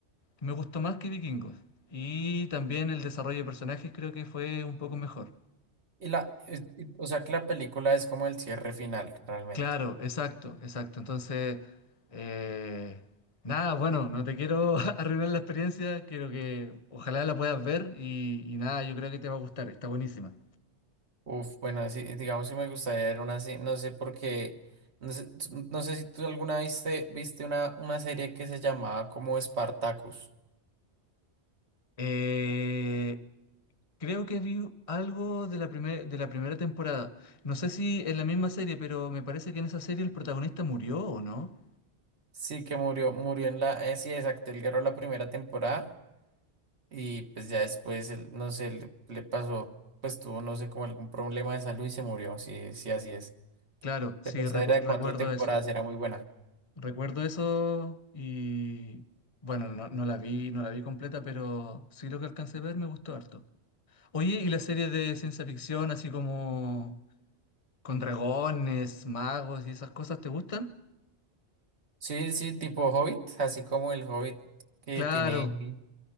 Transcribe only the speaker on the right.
Y la, es- y- o sea que la película es como el cierre final, realmente.
Uf, bueno, sí, digamos que me gustaría ver una así, no sé por qué, no sé, no sé si tú alguna viste, viste una, una serie que se llamaba como Spartacus.
Sí, que murió, murió en la, eh, sí, exacto, él ganó la primera temporada y pues ya después, él, no sé, le, le pasó, pues tuvo, no sé, como algún problema de salud y se murió, sí, sí, así es.
Pero
esa
era de
cuatro temporadas,
era muy buena.
Sí, sí, tipo Hobbit, así como el Hobbit que
tiene.